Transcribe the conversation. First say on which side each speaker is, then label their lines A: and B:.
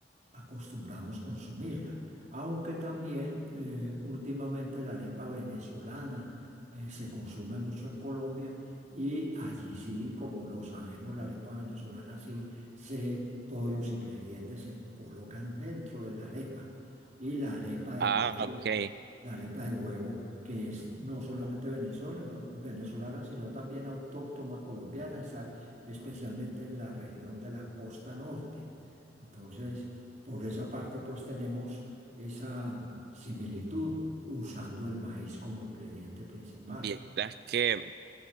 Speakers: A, on the right (about 45°); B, on the right (about 60°).
A: acostumbramos consumirla. Aunque también eh, últimamente la arepa venezolana eh, se consume mucho en Colombia y allí sí, como lo sabemos, la arepa venezolana sí se todos los ingredientes se colocan dentro de la arepa. Y la arepa de
B: Ah,
A: huevo,
B: ok.
A: la arepa de huevo que es no solamente venezolana, venezolana, sino también autóctona colombiana, esa- especialmente en la región de la costa norte. Entonces, por esa parte, pues tenemos esa similitud usando el maíz como ingrediente principal.
B: Vieras que